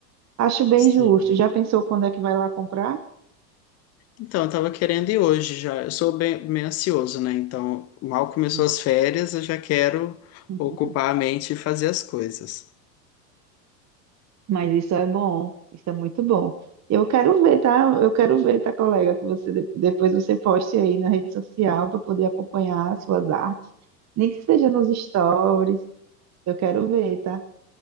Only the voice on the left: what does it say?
Sim.
Então, eu tava querendo ir hoje já. Eu sou bem, bem ansioso, né? Então, mal começou
as férias, eu já quero
ocupar a mente e fazer as coisas.